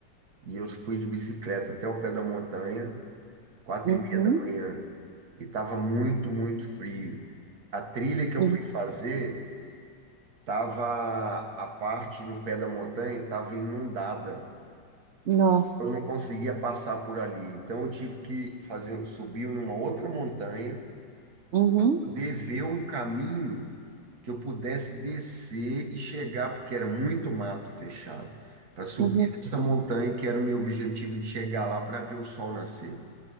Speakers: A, on the right; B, on the right.
A: e eu fui de bicicleta até o pé da montanha, quatro
B: uhum,
A: e meia da manhã, e estava muito, muito frio. A trilha que eu
B: uhum.
A: fui fazer, tava a parte no pé da montanha estava inundada.
B: Nossa.
A: eu não conseguia passar por ali. Então eu tive que fazer, subir numa outra montanha,
B: Uhum,
A: poder ver um caminho que eu pudesse descer e chegar, porque era muito mato fechado, para subir
B: uhum.
A: essa montanha que era o meu objetivo de chegar lá para ver o sol nascer.